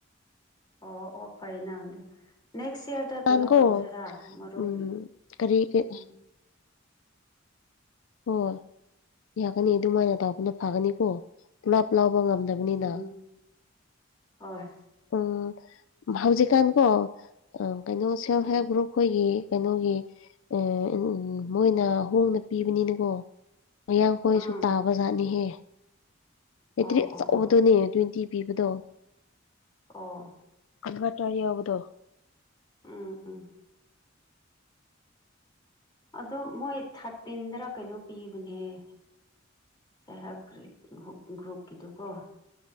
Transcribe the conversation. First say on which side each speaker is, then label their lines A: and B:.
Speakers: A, on the left; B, on the left.
A: ꯑꯣ ꯑꯣ ꯐꯔ‌ꯦꯅ ꯑꯗꯨ ꯅꯦꯛꯁ ꯏꯌꯔ ꯗ
B: ꯅꯍꯥꯟꯀꯣ
A: ꯀꯩꯅꯣ ꯇꯧꯁꯤꯔꯥ ꯃꯔꯨꯞꯕꯤ
B: ꯎꯝ ꯀꯔꯤ ꯀꯔꯤ
A: ꯎꯝ
B: ꯍꯣꯏ ꯌꯥꯒꯅꯤ ꯑꯗꯨꯃꯥꯏꯅ ꯇꯧꯄꯅ ꯐꯒꯅꯤꯀꯣ ꯄꯨꯂꯞ ꯂꯥꯎꯕ ꯉꯝꯗꯕ ꯅꯤꯅ
A: ꯎꯝ ꯍꯣꯏ
B: ꯎꯝ ꯍꯧꯖꯤꯛꯀꯥꯟ ꯀꯣ ꯑ ꯀꯩꯅꯣ ꯁꯦꯜ
A: ꯎꯝ
B: ꯍꯦꯞ ꯒꯔꯨꯞ꯫ ꯑꯩꯈꯣꯏꯒꯤ ꯀꯩꯅꯣꯒꯤ ꯑꯥ ꯃꯣꯏꯅ ꯍꯣꯡꯅ ꯄꯤꯕꯅꯤꯅꯀꯣ꯫ ꯃꯌꯥꯡꯈꯣꯏꯁꯨ
A: ꯎꯝ
B: ꯇꯥꯕ ꯖꯥꯠꯅꯤꯍꯦ ꯕꯦꯇ꯭ꯔꯤ
A: ꯑꯣ
B: ꯑꯆꯧꯕꯗꯨꯅꯦ
A: ꯑꯣ ꯑꯣ
B: ꯇ꯭ꯋꯦꯟꯇꯤ ꯄꯤꯕꯗꯣ꯫
A: ꯑꯣ꯫
B: ꯏꯟꯕꯇꯔ ꯌꯥꯎꯕꯗꯣ꯫
A: ꯎꯝ ꯎꯝ꯫ ꯑꯗꯣ ꯃꯣꯏ ꯊꯥꯔꯇꯤꯟꯗꯔ ꯀꯩꯅꯣ ꯄꯤꯕꯅꯦꯍ‌ꯦ꯫ ꯁꯦꯜ ꯍꯦꯞ ꯒꯔꯤ ꯒꯔꯨꯞ ꯒꯔꯨꯞꯀꯤꯗꯨꯀꯣ꯫